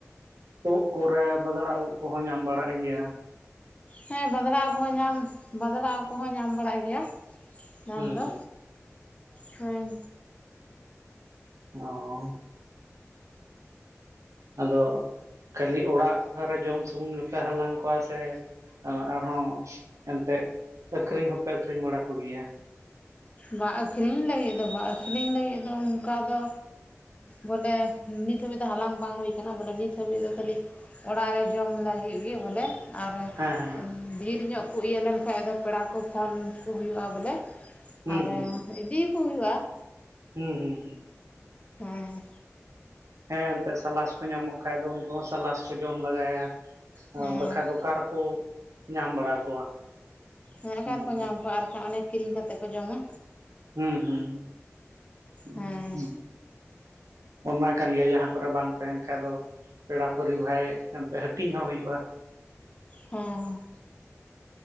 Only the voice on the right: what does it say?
ᱩᱫ ᱠᱚᱨᱮ ᱵᱟᱫᱽᱲᱟ ᱩᱫ ᱠᱚᱦᱚᱸ ᱧᱟᱢ ᱵᱟᱲᱟᱜ ᱜᱮᱭᱟ ᱾
ᱦᱩᱸ
ᱦᱩᱸ
ᱚᱸ ᱟᱫᱚ ᱠᱷᱟᱹᱞᱤ ᱚᱲᱟᱜ ᱨᱮ ᱡᱚᱢ ᱥᱩᱢᱩᱝ ᱜᱮᱯᱮ ᱦᱟᱞᱟᱝ ᱠᱚᱣᱟ ᱥᱮ ᱚ ᱟᱨᱦᱚᱸ ᱮᱱᱛᱮᱫ ᱟᱹᱠᱷᱨᱤᱧ ᱦᱚᱸᱯᱮ ᱟᱹᱠᱷᱨᱤᱧ ᱵᱟᱲᱟ ᱠᱚᱜᱮᱭᱟ᱾
ᱦᱮᱸ ᱦᱮᱸ
ᱦᱩᱸ
ᱦᱩᱸ
ᱦᱩᱸ ᱦᱩᱸ ᱦᱩᱸ
ᱦᱮᱸ ᱮᱱᱛᱮᱜ ᱥᱟᱞᱟᱥ ᱠᱚ ᱧᱟᱢᱚᱜ ᱠᱷᱟᱱ ᱫᱚ ᱩᱱᱠᱩ ᱦᱚᱸ ᱥᱟᱞᱟᱥ ᱠᱚ ᱡᱚᱢ ᱞᱮᱜᱟᱭᱟ᱾
ᱵᱟᱠᱷᱟᱡ ᱫᱚ ᱚᱠᱟ ᱨᱮᱠᱚ ᱧᱟᱢ ᱵᱟᱲᱟ ᱠᱚᱣᱟ᱾
ᱦᱩᱸ
ᱦᱮᱸ ᱦᱮᱸ <unintelligible>
ᱚᱱᱟ ᱠᱟᱱ ᱜᱮᱭᱟ ᱡᱟᱦᱟᱸ ᱠᱚᱨᱮ ᱵᱟᱝ ᱛᱟᱦᱮᱱ ᱠᱷᱟᱡ ᱫᱚ᱾ ᱯᱮᱲᱟ ᱯᱟᱹᱨᱤ ᱵᱷᱟᱭ ᱮᱱᱛᱮᱫ ᱦᱟᱹᱴᱤᱧ ᱦᱚᱸ ᱦᱩᱭᱩᱜᱼᱟ᱾